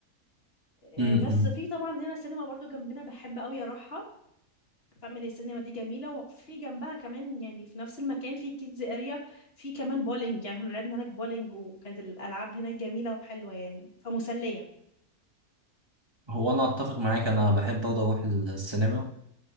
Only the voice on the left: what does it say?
آه،
بس في طبعا هنا سينما برضو جنبنا بحب قوي اروحها فاميلي سينما دي جميله وفي جنبها كمان يعني في نفس المكان في كيدز اريا في كمان بولينج يعني احنا لعبنا هناك بولينج وكانت الالعاب هناك جميله وحلوه يعني فمسليه